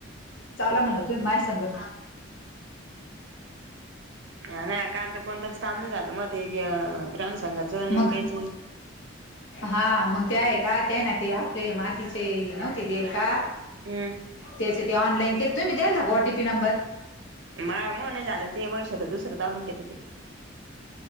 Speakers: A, on the left; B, on the right.
A: चाला म्हणलं तुम्ही माया सगं.
B: हा ना. काल तर कोणतंच काम नाही झालं. मग ते ग्राम संंघाचं नाही
A: मग
B: काहीच नाही.
A: हा मग ते आहे का, ते ना ते आपले मातीचे हे नव्हते देल का?
B: हम.
A: त्याच ते ऑनलाईन चे. तुम्ही द्यालथा का ओ टी पी नंबर?
B: मा मुळं नाही झालं ते. ते मनीषाच दुसऱ्या तालुक्यात ते.